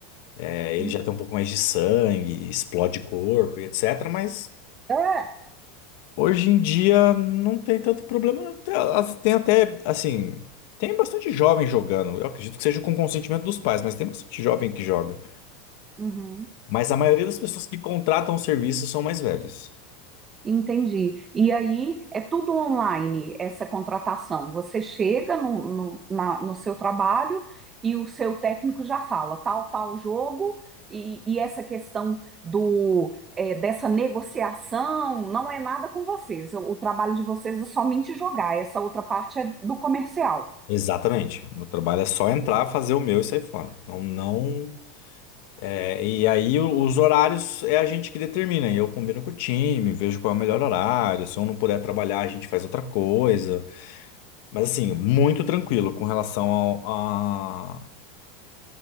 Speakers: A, on the left; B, on the right.
A: é, ele
B: Tem-
A: já tem um pouco mais de sangue, explode corpo e etc. Mas
B: É,
A: hoje em dia não tem tanto problema. não. Tem as- tem até, assim, tem bastante jovem jogando. Eu acredito que seja com consentimento dos pais, mas tem bastante jovem que joga.
B: Uhum.
A: Mas a maioria das pessoas que contratam o serviço são mais velhas.
B: Entendi. E aí é tudo online essa contratação. Você chega no, no, na- no seu trabalho e o seu técnico já fala tal, tal jogo, e, e essa questão do eh, dessa negociação não é nada com vocês. O, o trabalho de vocês é somente jogar, essa outra parte é do comercial.
A: Exatamente. Meu trabalho é só entrar, fazer o meu e sair fora. Não, não, é, e aí o- os horários é a gente que determina. E Eu combino com o time, vejo qual é o melhor horário. Se eu não puder trabalhar, a gente faz outra coisa. Mas assim, muito tranquilo com relação ao, a,